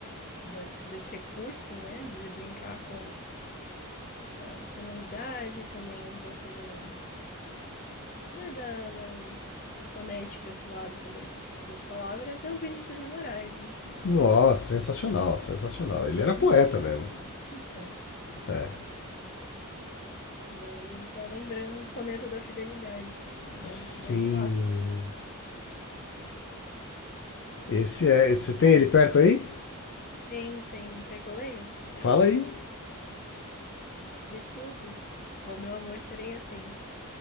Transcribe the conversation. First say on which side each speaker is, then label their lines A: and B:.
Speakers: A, on the left; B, on the left.
A: desse, desse recurso, né, de brincar com a sonoridade, também um pouco do, é, da, da, da fonética silábica das, das palavras, é o Vinícius de Moraes, né?
B: Nossa, sensacional, sensacional. Ele era
A: É
B: poeta
A: música
B: mesmo.
A: também, então.
B: É.
A: E aí eu tô lembrando do Soneto da Fidelidade, que é
B: Sim.
A: um dos mais clássicos.
B: Esse é. Você tem ele perto aí?
A: Tenho, tenho. Quer que eu leia?
B: Fala aí.
A: De tudo, ao meu amor serei atento,